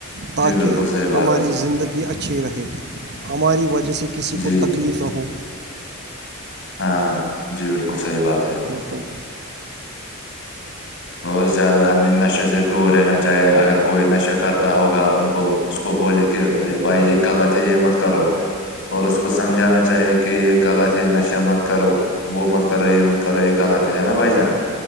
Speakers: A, on the right; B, on the left.
A: تاکہ
B: جی بالکل صحیح بات
A: ہماری
B: ہے
A: زندگی اچھی رہے ہماری وجہ جیسے کسی
B: جی
A: کو تکلیف رہو
B: ہاں جی بالکل صحیح بات ہے
A: تو
B: اور زیادہ ہمیں نشے سے دور رہنا چاہیے اگر کوئی نشے کرتا ہوگا ان کو اس کو بولے کہ نہیں بھائی یہ غلط ہے یہ مت کرو اور اس کو سمجھانا چاہیے کہ کہ یہ غلط ہے نشہ مت کرو وہ مت کرو یہ مت کرو یہ غلط ہے نا بھائی جان